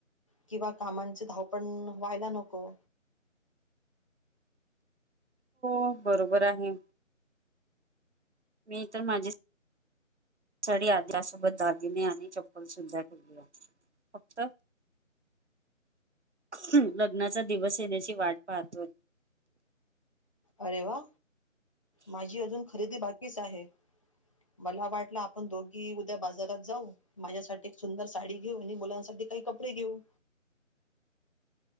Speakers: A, on the left (about 25°); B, on the right (about 60°).
A: किंवा कामांची धावपळ व्हायला नको.
B: हो बरोबर आहे. मी तर माझी साडी त्या सोबत दागिने आणि चप्पलसुद्धा घेतली आहे. फक्त लग्नाचा दिवस येण्याची वाट पाहतोय.
A: अरे वा माझी अजून खरेदी बाकीच आहे. मला वाटल आपण दोघी उद्या बाजारात जाऊ. माझ्यासाठी एक सुंदर साडी घेऊ. आणि मुलांसाठी काही कपडे घेऊ.